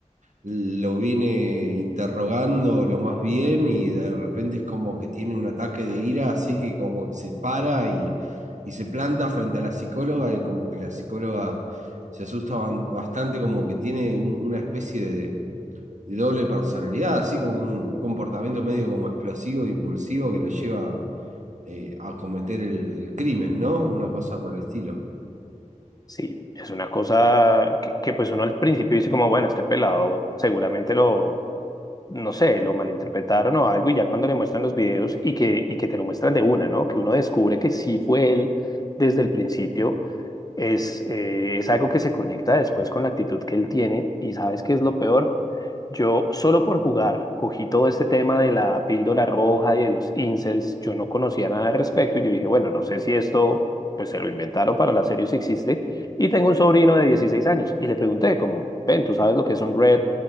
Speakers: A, on the right; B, on the left.
A: lo viene interrogando lo más bien y de repente es como que tiene un ataque de ira, así que como que se para y, y se planta frente a la psicóloga y como que la psicóloga se asusta ban- bastante, como que tiene un- una especie de, de doble personalidad, así como un comportamiento medio como explosivo, impulsivo que lo lleva eh, a cometer el, el crimen, ¿no? Una cosa por el estilo.
B: Sí, es una cosa que, que, pues uno al principio dice como, bueno, este pelado seguramente lo, no sé, lo malinterpretaron o algo, y ya cuando le muestran los videos y que, y que te lo muestran de una, ¿no? Que uno descubre que sí fue él desde el principio, es, eh, es algo que se conecta después con la actitud que él tiene, y ¿sabes qué es lo peor? Yo solo por jugar cogí todo este tema de la píldora roja y de los incels, yo no conocía nada al respecto y yo dije, bueno, no sé si esto pues se lo inventaron para la serie o si existe y tengo un sobrino de 16 años y le pregunté como, ven, ¿tú sabes lo que son red